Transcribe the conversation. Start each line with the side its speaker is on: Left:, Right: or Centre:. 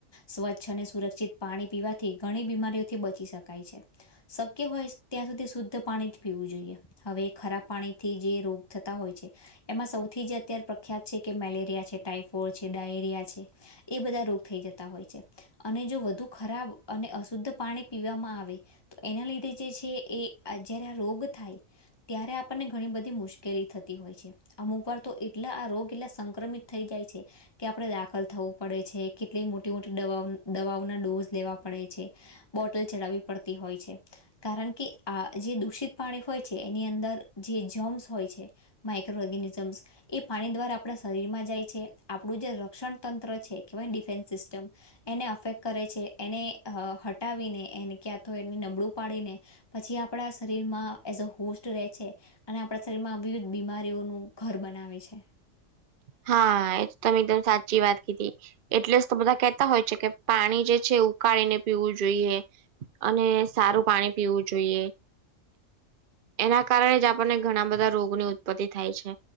Left: સ્વચ્છ અને સુરક્ષિત પાણી પીવા થી ઘણી બીમારીઓથી બચી શકાય છે શક્ય હોય ત્યાં સુધી શુદ્ધ પાણી જ પીવું જોઈએ. હવે ખરાબ પાણીથી જે રોગ થતા હોય છે. એમાં સૌથી જ અત્યારે પ્રખ્યાત છે કે મેલેરિયા છે ટાઈફોઇડ છે ડાયરિયા છે. એ બધા રોગ થઈ જતા હોય છે અને જો વધુ ખરાબ અને અશુદ્ધ પાણી પીવામાં આવે તો એના લીધે જે છે એ જય્યારે આ રોગ થાય ત્યારે આપણને ઘણી બધી મુશ્કેલી થતી હોય છે. અમુક વાર તો એટલા આ રોગ એટલા સંક્રમિત થઈ જાય છે. કે આપડે દાખલ થવું પડે છે કેટલી મોટી મોટી દવા દવાઓના ડોઝ લેવા પણે છે બોટલ ચડાવવી પડતી હોય છે. કારણ કે આ જે દૂષિત પાણી હોય છે એની અંદર જે જમ્સ હોય છે માઇક્રો ઓર્ગેનિઝમ્સ એ પાણી દ્વારા આપડા શરીરમાં જાય છે આપડું જે રક્ષણ તંત્ર છે કેહેવાય છે ને ડિફેન્સ સિસ્ટમ એને અફેક્ટ કરે છે એને હટાવીને એને ક્યાં તો એ નબળું પાડીને પછી આપડા શરીરમાં એઝ અ હોસ્ટ રહે છે અને આપડા શરીર માં વિવિધ બીમારીઓનું ઘર બનાવે છે.
Right: હા એ તો તમે સાચી વાત કીધી. એટલે જ તો બધા કેતા હોય છે કે પાણી જે છે ઉકાળીને પીવું જોઈએ. અને સારું પાણી પીવું જોઈએ. એના કારણે જ આપણને ઘણા બધા રોગની ઉત્પત્તિ થાય છે.